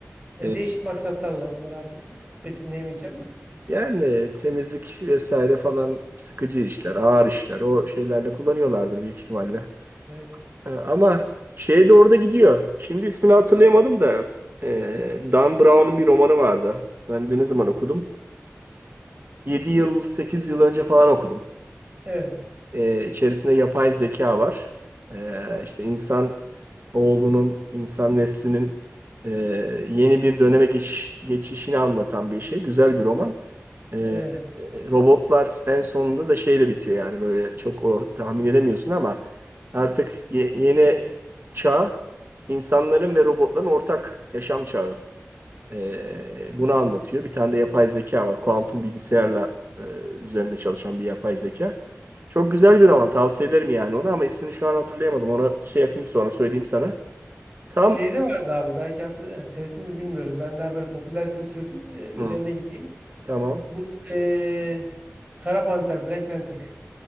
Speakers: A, on the right; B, on the right.
A: Yani
B: Ee,
A: değişik maksatlarla bunları artık betimleyemeyeceğim. <laughs>
B: yani temizlik vesaire falan sıkıcı işler, ağır işler. O şeylerle kullanıyorlardır büyük ihtimalle.
A: Evet.
B: Ee, ama şey de orada gidiyor. Şimdi ismini hatırlayamadım da ee, Dan Brown'un bir romanı vardı. Ben de ne zaman okudum? 7 yıl, 8 yıl önce falan okudum.
A: Evet.
B: E, içerisinde yapay zeka var. E, işte insan oğlunun, insan neslinin e, yeni bir döneme geçiş, geçişini anlatan bir şey. Güzel bir roman. E,
A: Evet.
B: e, robotlar en sonunda da şeyle bitiyor yani böyle çok o tahmin edemiyorsun ama artık ye- yeni çağ insanların ve robotların ortak yaşam çağı. E, bunu anlatıyor. Bir tane de yapay zeka var. Kuantum bilgisayarla e, üzerinde çalışan bir yapay zeka. Çok güzel bir roman. Tavsiye ederim yani onu ama ismini şu an hatırlayamadım. Onu şey yapayım sonra söyleyeyim sana. Tam
A: Şeyde vardı abi belki hatır, yani seyrettiniz mi bilmiyorum. Ben daha böyle popüler kültür e, üzerine
B: Hı,
A: gideyim.
B: tamam.
A: Bu e, Kara Panter, Black Panther